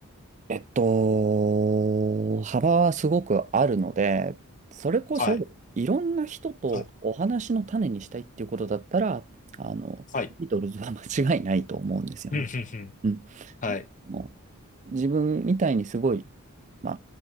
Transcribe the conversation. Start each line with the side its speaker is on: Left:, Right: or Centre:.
Right: えっと、幅はすごくあるので、それこそいろんな人とお話の種にしたいっていうことだったら、
Left: はい。はい。
Right: あの、
Left: はい。
Right: ビートルズは間違いないと思うんですよね。
Left: うん、うん、うん。
Right: うん。
Left: はい。
Right: もう自分みたいにすごい、ま